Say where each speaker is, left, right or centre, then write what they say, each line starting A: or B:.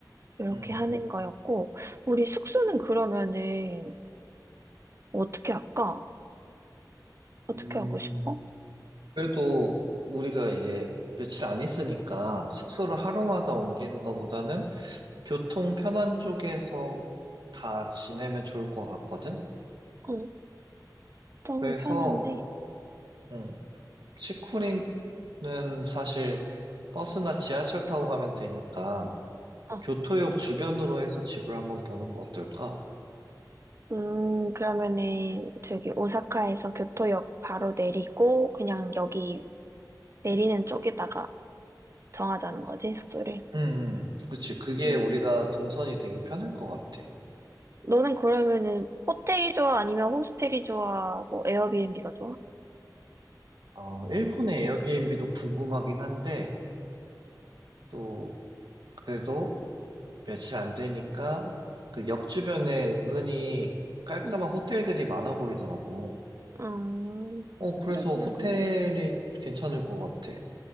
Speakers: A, on the right (about 40°); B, on the right (about 70°).
A: 이렇게
B: 음.
A: 하는 거였고, 우리 숙소는 그러면은 어떻게 할까? 어떻게
B: 음,
A: 하고 싶어?
B: 그래도 우리가 이제 며칠 안 있으니까 숙소를 하루마다 옮기는 것보다는 교통 편한 쪽에서 다 지내면 좋을 것 같거든?
A: 어, 너무
B: 그래서,
A: 편한데.
B: 음, 치쿠리는 사실 버스나 지하철 타고 가면 되니까
A: 어,
B: 교토역 주변으로 해서 집을 한번 보는 거 어떨까?
A: 음, 그러면은 저기 오사카에서 교토역 바로 내리고 그냥 여기 내리는 쪽에다가 정하자는 거지, 숙소를.
B: 음, 그치. 그게
A: 음,
B: 우리가 동선이 되게 편할 것 같아.
A: 너는 그러면은 호텔이 좋아? 아니면 호스텔이 좋아? 뭐 에어비앤비가 좋아?
B: 어, 일본의 에어비앤비도 궁금하긴 한데, 또, 그래도 며칠 안 되니까, 그 역 주변에 은근히 깔끔한
A: 응.
B: 호텔들이 많아 보이더라고.
A: 음,
B: 어, 그래서
A: 그래, 그럼.
B: 호텔이 괜찮을 것 같아.